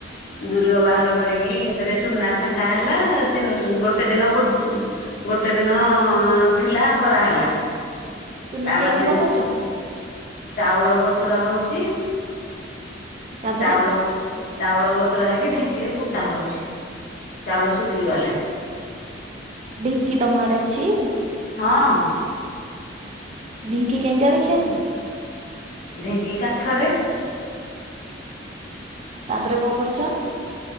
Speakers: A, on the left; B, on the right.
A: ଦୁରୁଅ ବାହାର କରିକି ହେଥେରେ ଚୁନା ଫେଣ୍ଟା ହେଲା ଦିନ ଗୋଟେ ଦିନ ପୂର୍ବ ଗୋଟେ ଦିନ ଥିଲା କରାହେଲା।
B: ଚୁନା
A: ତାବାସି
B: କେମିତି ବନଉଛ?
A: ଚାଉଳ ବତୁରା ହଉଚି
B: ତାପରେ
A: ଚାଉଳ ଚାଉଳ ବତୁରା ହେଇକି ଢେଙ୍କିରେ କୁଟା ହଉଛି। ଚାଉଳ ଶୁଖି ଗଲେ।
B: ଢିଙ୍କି ତମ ଆଡ଼େ ଅଛି?
A: ହଁ।
B: ଢିଙ୍କି କେମିତିଆ ଦେଖିବାକୁ?
A: ଢେଙ୍କି କାଠରେ।
B: ତାପରେ କଣ କରୁଛ?